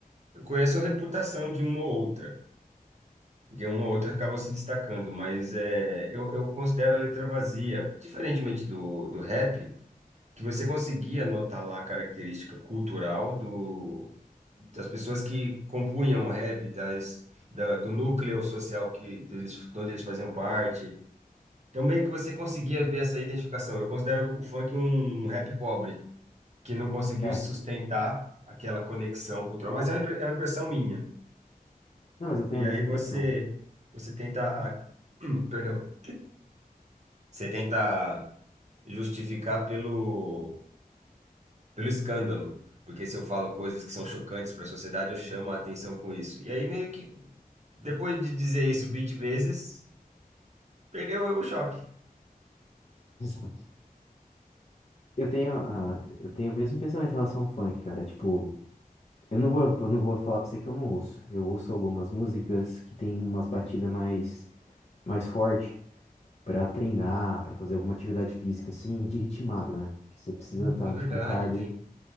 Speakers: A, on the right; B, on the left.
A: eu conheço a reputação de uma ou outra, porque uma ou outra acaba se destacando, mas é, eu, eu considero a letra vazia. Diferentemente do, do rap, que você conseguia notar lá a característica cultural do, das pessoas que compunham o rap, das, da, do núcleo social que deles, de onde eles faziam parte. Então, meio que você conseguia ver essa identificação. Eu considero o grupo funk um rap pobre, que não conseguiu
B: É.
A: sustentar aquela conexão cultural. Mas é uma, impre- é uma impressão minha.
B: Não, mas eu tenho
A: E
B: a
A: aí
B: mesma
A: você,
B: impressão.
A: você tenta, a- <clears throat> perdão, você tenta justificar pelo pelo escândalo, porque se eu falo coisas que são chocantes para a sociedade, eu chamo a atenção com isso. E aí, meio que, depois de dizer isso 20 vezes, perdeu o choque.
B: Exato. Eu tenho, a, eu tenho o mesmo pensamento em relação ao funk, cara. Tipo. Eu não vou, eu não vou falar pra você que eu não ouço. Eu ouço algumas músicas que tem umas batidas
A: Hum,
B: mais, mais forte pra treinar, pra fazer alguma atividade física, assim, de ritmada, né? Que você precisa
A: hum,
B: estar,
A: é verdade,
B: tipo, um cardio.
A: tem.